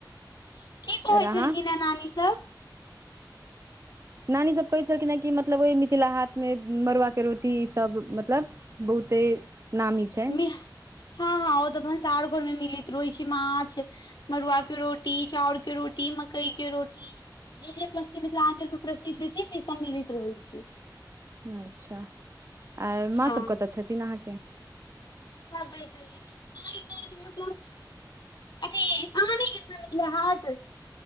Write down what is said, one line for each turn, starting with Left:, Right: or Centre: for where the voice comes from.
Left: की कहै
Right: आओर अहाँ
Left: छलखिन हैं नानी सब
Right: नानीसभ कहै छलखिन है कि मतलब ओहि मिथिला हाट मे मड़ुआके रोटी ईसब मतलब बहुते नामी छै
Left: मि हँ हँ ओते भनसार घर में मिलैत रहैत छै माछ मरुआ के रोटी चाउर के रोटी मकई के रोटी जे जे अपना सबके मिथिलांचल में प्रसिद्ध छै से सब मिलेत रहै छय
Right: अच्छा आ माँ
Left: हँ
Right: सब कतऽ छथिन अहाँके
Left: सबैसजी आ मतलब अथी अहाँ नय गेल मिथिला हाट